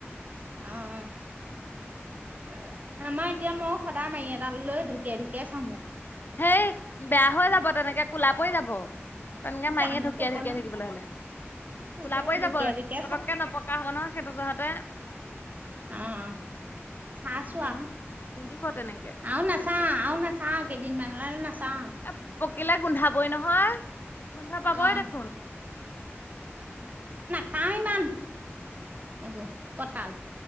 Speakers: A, on the right; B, on the left.
A: অ অ। আমাৰ এতিয়া মই সদায় মাৰি এডাল লৈ ঢুকিয়াই ঢুকিয়াই চাংগে।
B: হেই বেয়া হৈ যাব তেনেকে কোলা পৰি যাব। তেনেকে মায়ীয়ে
A: জানো
B: ঢুকিয়াই
A: ক'ব
B: ঢুকিয়াই
A: নো
B: থাকিব হ'লে।
A: তাকে
B: কোলা পৰি
A: ঢুকিয়াই
B: যাব
A: ঢুকিয়াই
B: পতককে
A: চা
B: নপকা হব ন সেইটো জহতহে।
A: অহ অহা। চাইছো
B: সেই
A: আও
B: নিদিব তেনেকে
A: আৰু নাচাও
B: তেনেকে দিলে
A: আৰু
B: বেয়া
A: নাচাও। কিমান ল'লে নাচাও আও।
B: এ পকিলে গোন্ধাবই নহয় গোন্ধ পাবই
A: অঁ
B: দেখোন।
A: খাওঁ ইমান এইবো কঁঠাল।